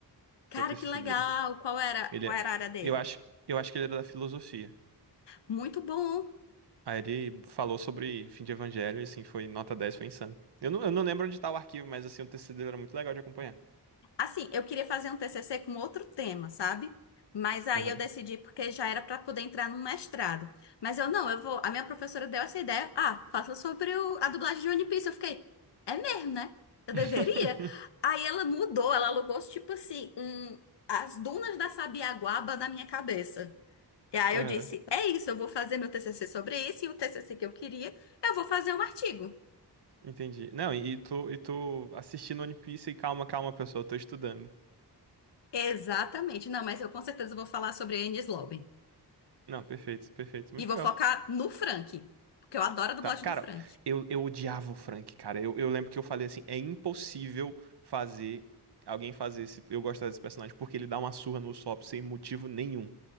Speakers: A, on the right (about 75°); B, on the left (about 85°).
A: Foi
B: Cara,
A: o TCC
B: que legal!
A: dele.
B: Qual era,
A: Ele,
B: qual
A: é-
B: era a área dele?
A: eu acho, eu acho que ele era da filosofia.
B: Muito bom!
A: Aí ele falou sobre fim de Evangelho e assim, foi nota 10 foi insano. Eu não, eu não lembro onde tá o arquivo, mas assim, o TCC dele era muito legal de acompanhar.
B: Assim, eu queria fazer um TCC com outro tema, sabe? Mas aí
A: Aham.
B: eu decidi porque já era para poder entrar num mestrado. Mas eu não, eu vou. A minha professora deu essa ideia. Ah, faça sobre o- a dublagem de One Piece. Eu fiquei, é mesmo, né? Eu deveria.
A: <laughs>
B: Aí ela mudou, ela alugou tipo assim, um, as dunas da Sabiaguaba na minha cabeça. E aí
A: Aham.
B: eu disse, é isso, eu vou fazer meu TCC sobre isso e o TCC que eu queria, eu vou fazer um artigo.
A: Entendi. Não, e, e tu, e tu assistindo One Piece e calma, calma, pessoal, eu tô estudando.
B: Exatamente. Não, mas eu com certeza vou falar sobre a Enies Lobben.
A: Não, perfeito, perfeito. Muito
B: E vou
A: legal.
B: focar no Frank, porque eu adoro a dublagem
A: Tá, cara,
B: do Frank.
A: eu, eu odiava o Frank, cara. Eu, eu lembro que eu falei assim, é impossível fazer alguém fazer esse, eu gostar desse personagem, porque ele dá uma surra no Usopp sem motivo nenhum.